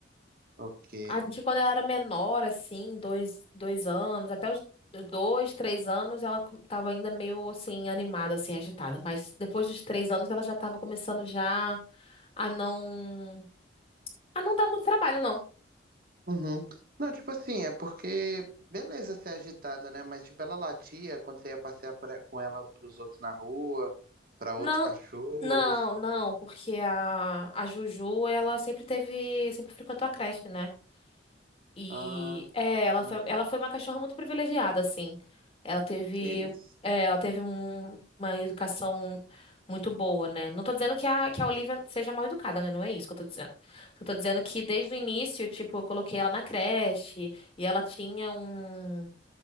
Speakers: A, on the right; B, on the left.
A: Ok.
B: Acho que quando ela era menor, assim, dois, dois anos, até os dois, três anos, ela co- tava ainda meio, assim, animada, assim, agitada. Mas depois dos três anos, ela já tava começando já a não... A não dar muito trabalho, não.
A: Uhum. Não, tipo assim, é porque, beleza ser agitada, né? Mas, tipo, ela latia quando você ia passear pra- com ela pros outros na rua, pra outros
B: Não,
A: cachorros.
B: não, não, porque a, a Juju, ela sempre teve... Sempre frequentou a creche, né? E
A: Ah,
B: é, ela foi, ela foi uma cachorra muito privilegiada, assim. Ela teve,
A: que isso.
B: é, ela teve um- uma educação muito boa, né? Não tô dizendo que a, que a Olivia seja mal educada, né? Não é isso que eu tô dizendo. Eu tô dizendo que desde o início, tipo, eu coloquei ela na creche e ela tinha um,